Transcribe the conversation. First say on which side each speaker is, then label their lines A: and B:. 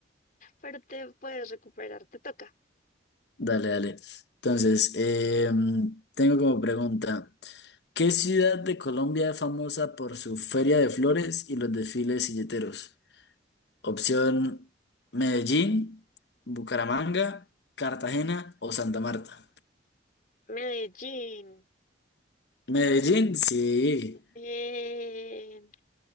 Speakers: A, on the left; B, on the left.
A: Pero te puedes recuperar, te toca.
B: Dale, dale. Entonces, eh, tengo como pregunta. ¿Qué ciudad de Colombia es famosa por su feria de flores y los desfiles silleteros? Opción Medellín, Bucaramanga, Cartagena o Santa Marta.
A: Medellín.
B: Medellín, sí.
A: Bien.